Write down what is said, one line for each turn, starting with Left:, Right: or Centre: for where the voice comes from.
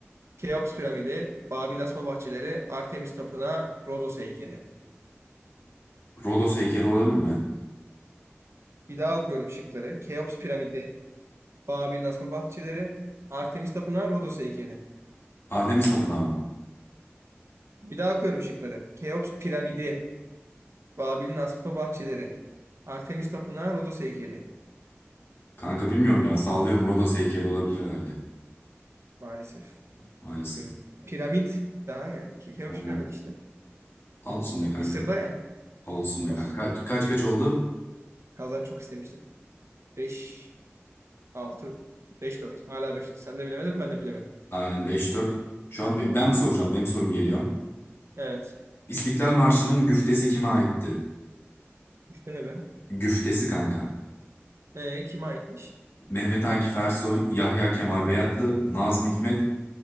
Right: Keops piramidi, Babil asma bahçeleri, Artemis tapınağı, Rodos heykeli.
Left: Rodos heykeli olabilir mi?
Right: Bir daha okuyorum şıkları. Keops piramidi, Babil'in asma bahçeleri, Artemis tapınağı, Rodos heykeli.
Left: Artemis Tapınağı mı?
Right: Bir daha okuyorum şıkları. Keops piramidi, Babil'in asma bahçeleri, Artemis tapınağı, Rodos heykeli.
Left: Kanka bilmiyorum ya sallıyorum Rodos heykeli olabilir herhalde.
Right: Maalesef.
Left: Maalesef.
Right: Üzgünüm. Piramit daha yani. Ke- Keops
Left: Ha,
Right: piramidi işte.
Left: olsun be kanka.
Right: Mısır'da yani.
Left: Olsun be
Right: Nasıl
Left: kanka. Kaç kaç, kaç oldu?
Right: Kazan çok istemiştim. 5 altı 5 dört Hala 5, 4. Sen de bilemedin, ben de bilemedim.
Left: Aynen beş dört. Şu an be- ben mi soracağım? Benim sorum geliyor.
Right: Evet.
Left: İstiklal Marşı'nın güftesi kime aittir?
Right: 3 tane be.
Left: Güftesi kanka.
Right: E, kime aitmiş?
Left: Mehmet Akif Ersoy, Yahya Kemal Beyatlı, Nazım Hikmet,